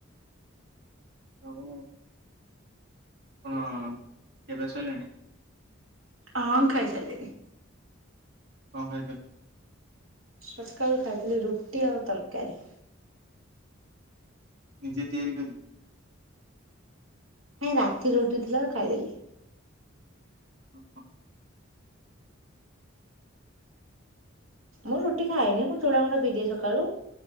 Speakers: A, on the right; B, on the right.
A: ହଉ ଆପଣ, ଖିଆ ପିଆ ସଇଲାଣି?
B: ହଁ, ଖାଇସାଇଲିଣି।
A: କଣ ଖାଇଚ?
B: ସକାଳୁ ଖାଇଥିଲି ରୁଟି ଆଉ ତରକାରୀ।
A: ନିଜେ ତିଆରି କରି
B: ନାଇଁ, ରାତି ରୁଟି ଥିଲା ତ ଖାଇଦେଲି।
A: ଓହୋ।
B: ମୁଁ ରୁଟି ଖାଏନି। ମୁଁ ଚୂଡ଼ା ଗୁଣ୍ଡ ପିଇଦିଏ ସକାଳୁ।